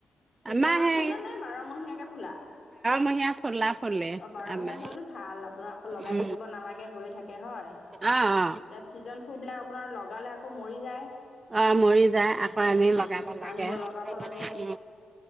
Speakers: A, on the left; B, on the right.
A: চিজনৰ
B: আমাৰ সেই
A: ফুল নে নে বাৰমহীয়াকে ফুলা?
B: মহীয়াত ফলা ফলে
A: অ', বাৰমহীয়া
B: আমাৰ।
A: ফুলতো ভাল আপোনাৰ আকৌ লগাই
B: উ
A: থাকিব নালাগে হৈয়ে থাকে হয়
B: অ, অ।
A: এতিয়া ছিজন ফুলবিলাক আপোনাৰ লগালে আকৌ মৰি যায়
B: অ। মৰি যায় আকৌ
A: উম
B: আমি লগাব লাগে।
A: আনিব লগাব লাগে
B: উ